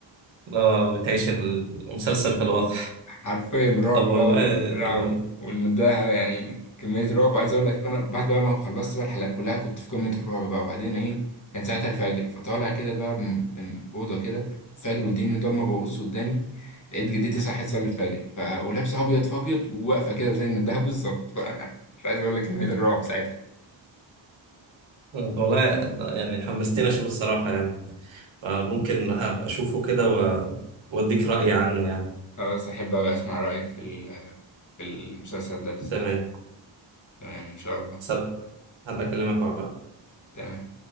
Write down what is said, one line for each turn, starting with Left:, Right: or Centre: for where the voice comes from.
Right: لا بتعيش المسلسل في الواقع
Left: حرفيا رعب
Right: طب
Left: بقى
Right: والله
Left: وبتاع
Right: آه.
Left: و- والنداهة يعني كمية رعب عايز أقول لك أنا بعد بقى ما خلصت بقى الحلقة كلها كنت في قمة الرعب بقى وبعدين إيه كان ساعتها الفجر فطالع كده بقى من من أوضة كده الفجر والدنيا ضلمة ببص قدامي لقيت جدتي صحيت تصلي الفجر ف... ولابسة أبيض في أبيض وواقفة كده زي النداهة بالظبط ف... مش عايز أقول لك كمية الرعب ساعتها
Right: آه، طب والله يعني حمستني اشوف الصراحة يعني فممكن هبقى اشوفه كده و- واديك رأيي عنه يعني
Left: خلاص أحب أوي أسمع رأيك في ال... في المسلسل ده بالذات
Right: تمام
Left: يعني تمام إن شاء الله
Right: سب هبقى اكلمك
Left: تمام